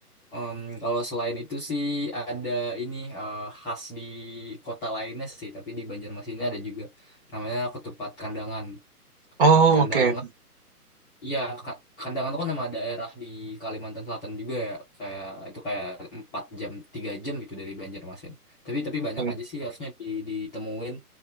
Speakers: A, in the centre; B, on the right.
A: Em, kalau selain itu sih ada ini eh, khas di kota lainnya sih, tapi di Banjarmasinnya ada juga namanya ketupat kandangan. Ketupat
B: Oh,
A: kandangan
B: oke.
A: Iya, Ka- Kandangan itu kan nama daerah di Kalimantan Selatan juga ya, kayak itu kayak 4 jam, 3 jam gitu dari Banjarmasin. Tapi tapi banyak
B: oke.
A: aja sih harusnya di, ditemuin.